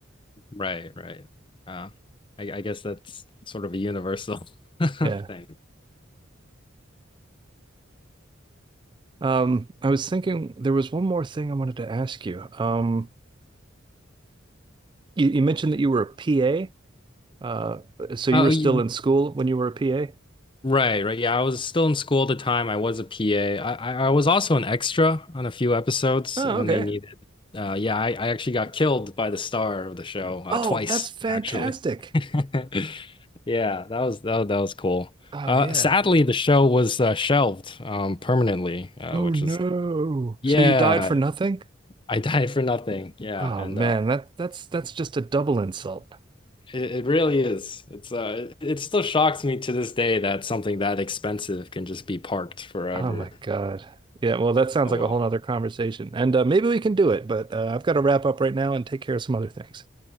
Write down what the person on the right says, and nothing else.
Yeah.
Um, I was thinking there was one more thing I wanted to ask you. Um, you, you mentioned that you were a PA. Uh, so you
were
still in school when you were a PA?
Oh,
okay.
Oh,
that's fantastic.
Oh,
yeah.
Oh
no.
So you died for nothing?
Oh
man,
that that's that's just a double insult.
Oh my God. Yeah, well, that sounds
like
a whole other conversation. And uh, maybe we can do it, but uh, I've got to wrap up right now and take care of some other things.